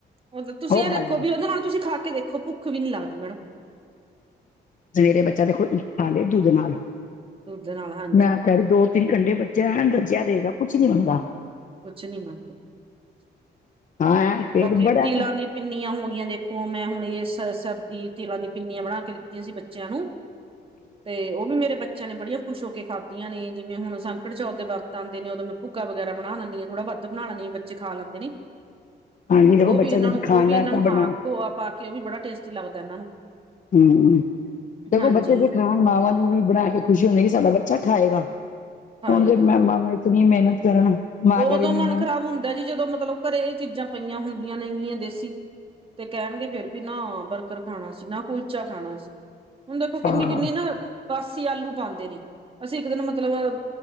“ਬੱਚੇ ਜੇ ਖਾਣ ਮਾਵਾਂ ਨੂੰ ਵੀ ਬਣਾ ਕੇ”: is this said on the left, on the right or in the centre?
Left